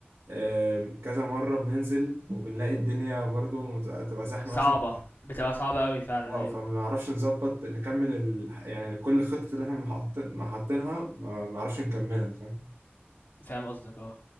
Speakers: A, on the right (about 80°); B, on the left (about 50°).
A: آم، كذا مره بننزل وبنلاقي الدنيا برضو بتبقى تبقى زحمه
B: صعبة،
A: مثلا
B: بتبقى صعبة أوي فعلًا
A: اه
B: أيوه،
A: فما نعرفش نظبط نكمل ال... يعني كل الخطط اللي احنا حاطين- حاطينها ما ما نعرفش نكملها فاهم
B: فاهم قصدك آه.